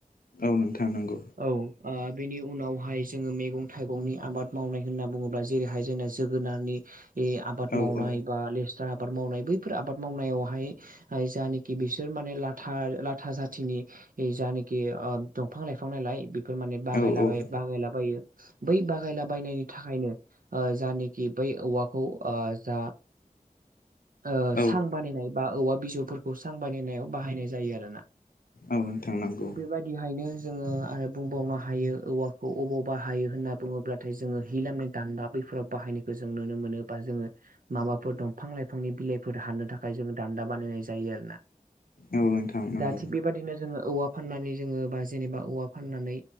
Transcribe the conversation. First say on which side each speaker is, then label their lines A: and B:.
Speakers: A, on the left; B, on the right.
A: औ नोंथां नंगौ।
B: औ ओ बेनि उनावहाय जोङो मैगं थाइगंनि आबाद मावनाय होनना बुङोब्ला जेरैहाय जोंनो जोगोनारनि इ आबाद
A: औ
B: मावनाय
A: औ
B: बा लेस्रा आबाद मावनाय बैफोर आबाद मावनायावहाय हाय जानिकि बिसोर माने लाथा लाथा जाथिनि जिनिक कि ओ दंफां लाइफां नायलाय बेफोर माने बागायलाबाय
A: औ
B: बागायलाबायो। बै बागायलाबायनायनि थाखायनो ओ जानोखि बै औवाखौ ओ जा ओ
A: औ
B: सां बानायनाय बा औवा बिजौफोरखौ सां बानायनायाव बाहायनाय जायो आरो ना।
A: औ नोंथां नंगौ।
B: बायदिहायनो जोङो आरो बुंबावनो हायो औवाखौ अबाव बाहायो होनना बुङोब्ला थाय जोङो हि लामनाय दान्दा बैफोराव बाहायनायखौ जों नुनो मोनो बा जोङो माबाफोर दंफां लाइफांनि बिलाइफोर हानो थाखाय जोङो दान्दा बानायनाय जायो आरो ना।
A: औ नोंथां नंगौ
B: दा थिग बेबादिनो जोङो औवा फाननानै जोङो बा जेनेबा औवा फाननानै